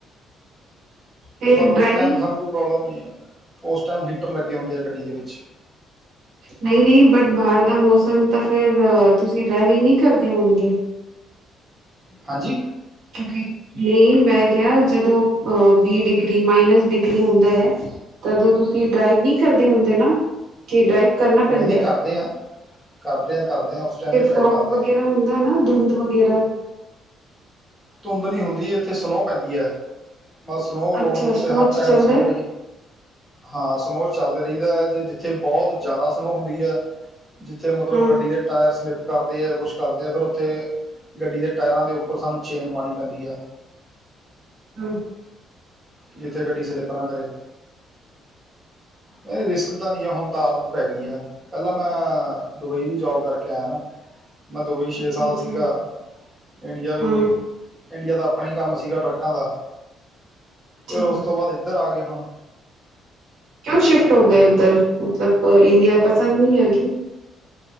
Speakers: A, on the right; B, in the centre.
A: ਫੇਰ
B: ਪਰ ਉਸ
A: ਡਰਾਈਵਿੰਗ
B: ਟਾਈਮ ਸਾਨੂੰ ਕੋਈ ਪ੍ਰੋਬਲਮ ਨਹੀਂ ਹੈ ਉਸ ਟਾਈਮ ਹੀਟਰ ਲੱਗੇ ਹੁੰਦੇ ਆ ਗੱਡੀ ਦੇ ਵਿੱਚ
A: ਨਹੀਂ ਨਹੀਂ, ਬਟ ਬਾਹਰ ਦਾ ਮੌਸਮ ਤਾਂ ਫਿਰ, ਤੁਸੀਂ ਡਰਾਈਵਿੰਗ ਨਹੀਂ ਕਰਦੇ ਹੋਣਗੇ?
B: ਹਾਂਜੀ?
A: ਕਿਉਂਕਿ, ਨਹੀਂ ਮੈਂ ਕਿਹਾ ਜਦੋਂ ਅ ਵੀਹ ਡਿਗਰੀ, ਮਾਈਨਸ ਡਿਗਰੀ ਹੁੰਦਾ ਐ ਤਦੋਂ ਤੁਸੀਂ ਡਰਾਈਵ ਨੀ ਕਰਦੇ ਹੁੰਦੇ ਨਾ। ਕਿ ਡਰਾਈਵ ਕਰਨਾ ਪੈਂਦਾ
B: ਨਹੀਂ ਨਹੀਂ
A: ਹੈ
B: ਕਰਦੇ ਆਂ। ਕਰਦੇ ਆਂ ਕਰਦੇ ਆਂ, ਉਸ ਟਾਈਮ
A: ਤੇ
B: ਵੀ
A: ਫੋਗ
B: ਡਰਾਈਵ ਕਰਦੇ
A: ਵਗੈਰਾ
B: ਆ
A: ਹੁੰਦਾ ਨਾ ਧੁੰਧ ਵਗੈਰਾ?
B: ਧੁੰਦ ਨੀ ਹੁੰਦੀ ਇੱਥੇ ਸਨੋਹ ਪੈਂਦੀ ਐ। ਮਤਲ ਸਨੋ ਰੋਡ
A: ਅੱਛਾ
B: ਦੇ ਉੱਤੇ
A: ਸਨੋ
B: ਹਰ
A: ਚ
B: ਟਾਈਮ
A: ਚੱਲਦਾ
B: ਸਨੋ
A: ਹੈ।
B: ਪਈ, ਹਾਂ ਸਨੋ ਚੱਲਦੇ ਰਈਦਾ ਐ ਤੇ ਜਿੱਥੇ ਬਹੁਤ ਜ਼ਿਆਦਾ ਸਨੋਅ ਹੁੰਦੀ ਐ। ਜਿੱਥੇ ਮਤਲਬ
A: ਹਾਂ
B: ਗੱਡੀ ਦੇ ਟਾਇਰ ਸਲਿੱਪ ਕਰਦੇ ਐ, ਕੁੱਛ ਕਰਦੇ ਆ। ਫ਼ਿਰ ਉੱਥੇ ਗੱਡੀ ਦੇ ਟਾਇਰਾਂ ਦੇ ਉੱਪਰ ਸਾਨੂੰ ਚੇਨ ਪਾਣੀ ਪੈਂਦੀ ਐ।
A: ਹਮ।
B: ਜਿੱਥੇ ਗੱਡੀ ਸਲਿੱਪ ਨਾ ਕਰੇ ਨਹੀਂ ਰਿਸਕ ਤਾਂ ਨੀ ਆ, ਹੁਣ ਤਾਂ ਆਦਤ ਪੈ ਗੀ ਆ। ਪਹਿਲਾਂ ਮੈਂ ਦੁਬਈ ਵੀ ਜੋਬ ਕਰਕੇ ਆਇਆ ਨਾ। ਮੈਂ ਦੁਬਈ ਛੇ
A: ਅੱਛਾ
B: ਸਾਲ
A: ਅੱਛਾ
B: ਸੀਗਾ। ਇੰਡੀਆ ਵੀ,
A: ਹਾਂ
B: ਇੰਡੀਆ ਦਾ ਆਪਣਾ ਈ ਕੰਮ ਸੀਗਾ ਟਰੱਕਾਂ ਦਾ।
A: ਅੱਛਾ
B: ਫਿਰ ਉਸ ਤੋਂ ਬਾਅਦ ਇੱਧਰ ਆ ਗੇ ਗੇ ਹੁਣ।
A: ਕਿਉਂ ਸ਼ਿਫਟ ਹੋ ਗਏ ਓਧਰ, ਮਤਲਬ ਇੰਡੀਆ ਪਸੰਦ ਨਹੀਂ ਆ ਕੀ?